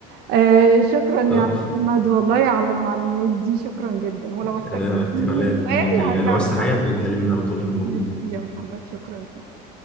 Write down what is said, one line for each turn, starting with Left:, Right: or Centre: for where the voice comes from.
Right: آه شكرا يا
Centre: طبعا
Right: محمد والله على المعلومات دي شكرا جدا ولو احتجت
Centre: لا انت
Right: أي
Centre: ولا
Right: سؤال
Centre: يهمك لو
Right: هرجع
Centre: عايز
Right: لك
Centre: حاجه
Right: على
Centre: بتكلميني
Right: طول
Centre: على طول انا موجود
Right: ميرسي يا محمد شكرا ليك